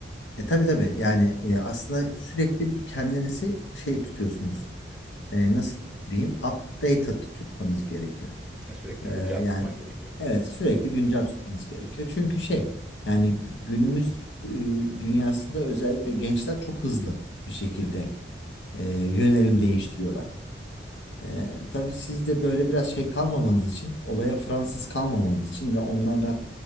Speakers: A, on the left; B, in the centre.
A: E, tabii tabii yani e, aslında sürekli bir kendinizi şey tutuyorsunuz. E, nasıl diyeyim? Updated tutmanız gerekiyor.
B: E, sürekli
A: E,
B: güncel tutman
A: yani
B: gerekiyor.
A: evet sürekli güncel tutmanız gerekiyor. Çünkü şey yani günümüz e, dünyasında özellikle gençler çok hızlı bir şekilde e, yönelim değiştiriyorlar. Ee, tabii siz de böyle biraz şey kalmamanız için, olaya Fransız kalmamanız için ve onlarla